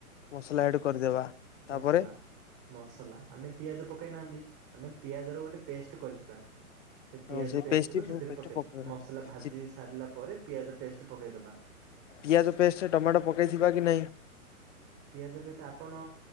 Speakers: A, on the left; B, on the right.
A: ମସଲା ଆଡ୍ କରିଦେବା। ତାପରେ
B: ମସଲା ମସଲା ଆମେ ପିଆଜ ପକେଇ ନାହାନ୍ତି। ଆମେ ପିଆଜ ର ଗୋଟେ ପେଷ୍ଟ କରିଥିବା। ସେ
A: ଆଉ
B: ପିଆଜ ପେଷ୍ଟ କୁ ସେଥିରେ
A: ପେଷ୍ଟ
B: ପକେଇଦେ
A: ପକେଇବା
B: ମସଲା ଭାଜି
A: ସେ
B: ସାରିଲା ପରେ ପିଆଜ ପେଷ୍ଟ ପକେଇଦବା।
A: ପିଆଜ ପେଷ୍ଟ ଟମାଟୋ ପକେଇଥିବା କି ନାହିଁ?
B: ପିଆଜ ଦୁଇଟା ଆପଣ